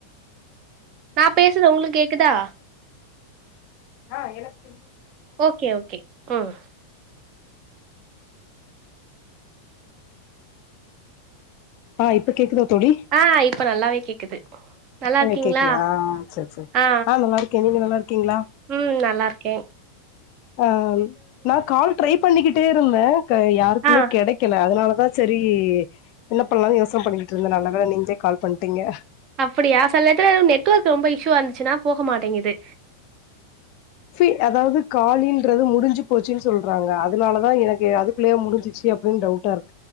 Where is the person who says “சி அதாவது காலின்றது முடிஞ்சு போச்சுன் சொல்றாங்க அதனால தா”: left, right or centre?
Left